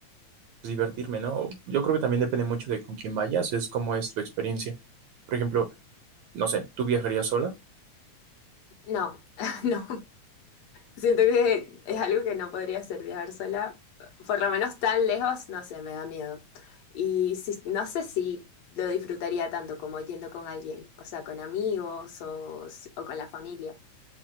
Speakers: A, on the right; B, on the left.
A: pues, divertirme, ¿no? Yo creo que también depende mucho de con quién vayas, es cómo es tu experiencia. Por ejemplo, no sé, ¿tú viajarías sola?
B: No, <laughs> no. Siento que es algo que no podría hacer, viajar sola. Por lo menos tan lejos, no sé, me da miedo. Y si- no sé si lo disfrutaría tanto como yendo con alguien, o sea, con amigos o, s- o con la familia.